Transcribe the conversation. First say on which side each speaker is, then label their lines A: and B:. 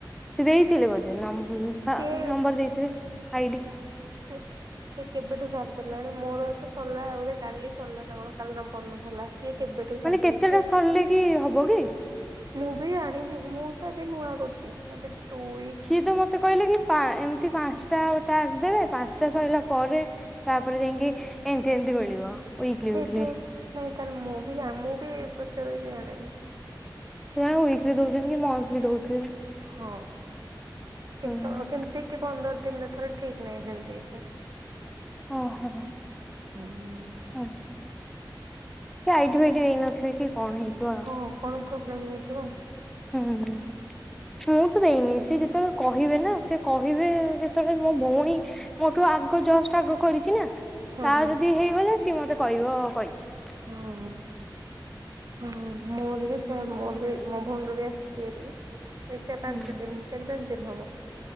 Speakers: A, in the centre; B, on the right.
A: ସିଏ ଦେଇଥିଲେ ବୋଧେ ନଂ ଫା
B: ସିଏ
A: ନମ୍ବର ଦେଇଥିବେ ଆଇଡି।
B: ସିଏ ସିଏ କେବେଠୁ ସାରିଦେଲାଣି ମୋର ତ ସରିଲା ବୋଧେ କାଲି ସରିଲା। <unintelligible> ସରିଲା ସିଏ କେବେଠୁ
A: ମାନେ
B: ସାରିଦେଇଚି
A: କେତେଟା
B: ଆଉ।
A: ସରିଲେ କି ହବ କି?
B: ମୁଁ ବି ଜାଣିନି ମୁଁ ତ ଏବେ ନୂଆ କରୁଚି। ଏବେ ଟୁ ୱି
A: ସିଏ ତ ମତେ କଇଲେ କି ପା ଏମିତି ପାନସ୍ ଟା ଟାକ୍ସ ଦେବେ ପାନସ୍ ଟା ସରିଲା ପରେ ତାପରେ ଯାଇଁକି ଏମିତି ଏମିତି ମିଳିବ। Weekly
B: ହେଇଥିବ
A: weekly.
B: ନାଇଁ ତାହେଲେ ମୁଁ ବି ଜା ମୁଁ ବି ଏ <unintelligible> ଜାଣିନି।
A: <unintelligible> ୱିକ୍ଲି ଦଉଚନ୍ତି କି ମନ୍ଥଲି ଦଉଥୁବେ।
B: ହଁ
A: ହୁଁ
B: କେତଳ କେମିତି କି ପନ୍ଦର ଦିନିରେ ଥରେ ଠିକ୍ ନାହିଁ ସେମିତି କିଛି।
A: ଓହୋ।
B: ହୁଁ।
A: ହୁଁ କି ଆଇଡି ଫାଇଡି ହେଇନଥିବ କି କଣ ହେଇଥିବ ଆଉ।
B: ହଁ କଣ ପ୍ରୋବ୍ଲେମ୍ ହେଇଥିବ।
A: ହୁଁ। ମୁଁ ତ ଦେଇନି ସିଏ ଯେତବେଳେ କହିବେ ନା ସିଏ କହିବେ ଯେତବେଳେ ମୋ ଭଉଣୀ ମୋଠୁ ଆଗ ଜଷ୍ଟ୍ ଆଗ କରିଚି ନା
B: ହଁ
A: ତା
B: ହଁ
A: ଯଦି ହେଇଗଲା ସିଏ ମତେ କଇବ କଇଚି।
B: ହଁ। ହୁଁ ମୋର ବି ସେଇଆ ମୋର ବି ମୋ ଭଉଣୀର ବି ଆସିଛି ଏବେ ବି ଏଇ ଚାରି
A: ହୁଁ।
B: ପାଞ୍ଚ ଦିନି ଚାରି ପାଞ୍ଚ ଦିନ ହବ।